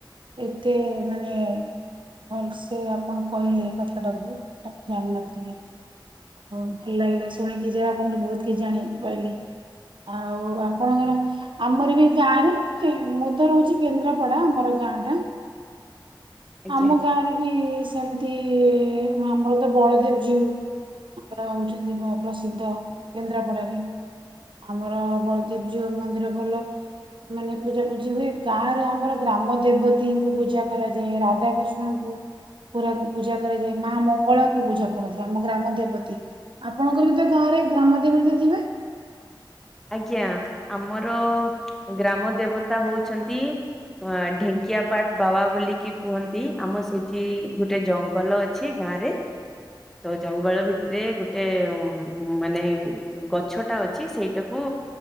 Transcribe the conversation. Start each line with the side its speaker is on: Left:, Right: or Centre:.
Right: ଏତେ ମାନେ ଭଲସେ ଆପଣ କହିଲେ କଥାଟାକୁ ମୁଁ ଜାଣିିନଥିଲି। ହଉ ଭଲ ଲାଗିଲା ଶୁଣିକି ଯାହା ଆପଣଠୁ ବହୁତ କିଛି ଜାଣି ପାଇଲି ଆଉ ଆପଣଙ୍କର ଆମରବି ଯାଣିଚି ମୁଁତ ରହୁଛି କେନ୍ଦ୍ରାପଡା ଆମର ଗାଁଟା
Centre: ଆଜ୍ଞା
Right: ଆମ ଗାଁରେବି ସେମତି ଆମରତ ବଳଦେବ ଜିଉ ଆମର ରହୁଛନ୍ତି ପ୍ରସିଦ୍ଧ କେନ୍ଦ୍ରାପଡାରେ ଆମର ବଳଦେବ ଜିଉମନ୍ଦିର ଭଲ। ମାନେ ପୂଜା ପୂଜି ହୁଏ ଗାଁରେ ଆମର ଗ୍ରାମ ଦେବତୀଙ୍କୁ ପୂଜା କରାଯାଏ, ରାଧାକୃଷ୍ଣଙ୍କୁ ପୁରା ପୂଜା କରାଯାଏ ମା ମଙ୍ଗଳାଙ୍କୁ ପୂଜା କରାଯାଏ ଆମ ଗ୍ରାମ ଦେବତୀ। ଆପଣଙ୍କରବି ତ ଗାଁରେ ଗ୍ରାମଦେବତୀ ଥିବେ?
Centre: ଆଜ୍ଞା ଆମର ଗ୍ରାମ ଦେବତା ହଉଛନ୍ତି ହଁ ଢେଙ୍କିଆପାଟ ବାବା ବୋଲିକି କୁହନ୍ତି ଆମ ସେଠି ଗୋଟେ ଜଙ୍ଗଲ ଅଛି। ଅଛି ଗାଁରେ ତ ଜଙ୍ଗଲ ଭିତରେ ଗୋଟେ ମାନେ ଗଛଟା ଅଛି। ଅଛି ସେଇଟାକୁ